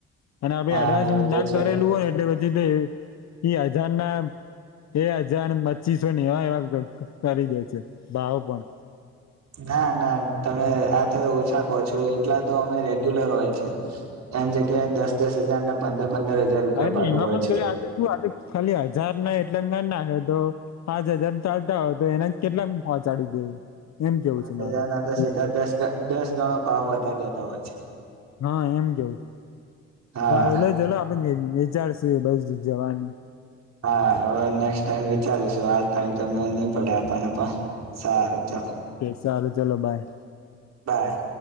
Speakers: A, on the left; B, on the right.
A: અને આપડે
B: હા
A: એડવાન્સ
B: એ તો
A: ના
B: છે
A: કરેલું હોય એટલે. ીધ એ હજાર ના બે હજાર પચીસો ને એ. કકાર દે છે ભાવ પણ.
B: ના ના તમે આ તો ઓછા કહો છો એટલા તો અમે રેગ્યુલર હોય છે. એમ જગ્યાએ દસ દસ હજાર ને પંદર પંદર હજાર રૂપિયા
A: હા, એટલે
B: ભાડું
A: એમાં
B: હોય
A: પણ
B: છે
A: ગ આજે શું આજે ખાલી હજાર ને કેટલા ના નાખે તો પાંચ હજાર ચાલતા હોય તો એના કેટલા પહોચાડી દે. એમ કેવું
B: પાંચ
A: છે મારું
B: હજાર ના તો
A: હ
B: સીધા દસ દસ ગણો ભાવ વધાર દેતા હોય છે.
A: હા, એમ કેવું છે.
B: હા
A: સારું એટલે ચલો આપન જઈ વિચારશું એ બાજુ જવાનું.
B: હા હવે નેક્સ્ટ ટાઈમ વિચારું છું આ ટાઈમ તો નહી પડે આપને પા સારું ચાલો.
A: સાલું ચલો બાય.
B: બાય.